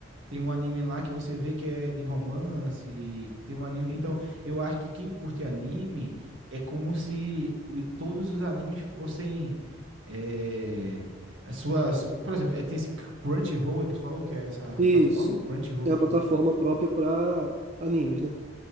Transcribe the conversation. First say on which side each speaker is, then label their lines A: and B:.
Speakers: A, on the right; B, on the right.
A: Tem um anime lá que você vê que é de romance, tem um anime. Então, eu acho que quem curte anime é como se o- todos os animes fossem é, a sua, su- por exemplo, é, tem esse Crunchyroll é que tu falou, que é essa
B: Isso.
A: plataforma, Crunchyroll.
B: É uma plataforma própria pra animes, né?